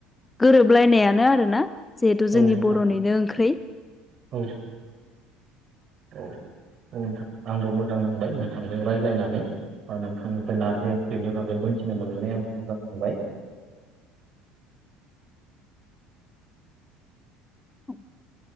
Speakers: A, on the left (about 15°); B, on the right (about 45°).
A: गोरोबलायनायानो आरोना जिहेथु
B: औ
A: जोंनि
B: नोंथां
A: बर'निनो ओंख्रै।
B: औ औ औ नोंथां। आंबो मोजां नांबाय नोंथांजों रायलायनानै। बा नोंथांनिफ्राय नारजि ओंख्रिनि बागै मोनथिनो मोननानै आंबो मोजां मोनबाय।
A: औ